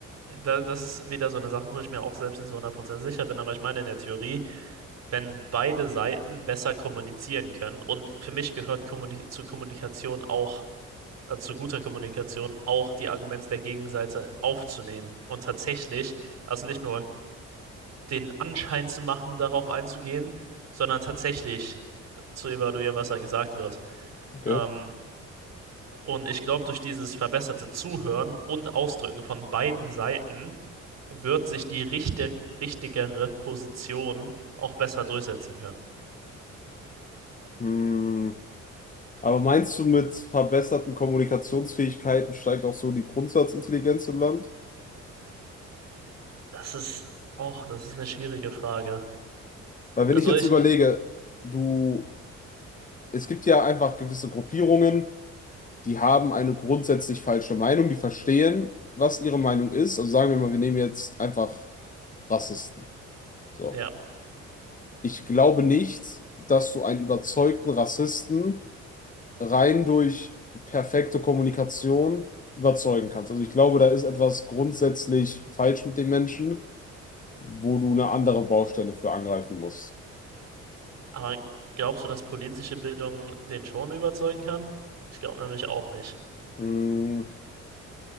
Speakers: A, on the right; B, on the left.
A: da, das ist wieder so eine Sache, wo ich mir auch selbst nicht so hundertprozentig sicher bin. Aber ich meine in der Theorie, wenn beide Seiten besser kommunizieren können und für mich gehört Kommunik zu Kommunikation auch also zu guter Kommunikation, auch die Argumente der Gegenseite aufzunehmen und tatsächlich, also nicht nur den Anschein zu machen, darauf einzugehen, sondern tatsächlich zu evaluieren, was da gesagt wird.
B: Okay.
A: Ähm, und ich glaube, durch dieses verbesserte Zuhören und Ausdrücken von beiden Seiten wird sich die richte- richtigere Position auch besser durchsetzen können.
B: Hm. Aber meinst du, mit verbesserten Kommunikationsfähigkeiten steigt auch so die Grundsatzintelligenz im Land?
A: Das ist auch, das ist eine schwierige Frage.
B: Weil wenn
A: Also
B: ich jetzt
A: ich,
B: überlege, du es gibt ja einfach gewisse Gruppierungen, die haben eine grundsätzlich falsche Meinung, die verstehen, was ihre Meinung ist. Also sagen wir mal, wir nehmen jetzt einfach Rassisten. So.
A: ja.
B: Ich glaube nicht, dass du einen überzeugten Rassisten rein durch perfekte Kommunikation überzeugen kannst. Also ich glaube, da ist etwas grundsätzlich falsch mit den Menschen, wo du eine andere Baustelle für angreifen musst.
A: Aber glaubst du, dass politische Bildung den schon überzeugen kann? Ich glaube nämlich auch nicht.
B: Mm,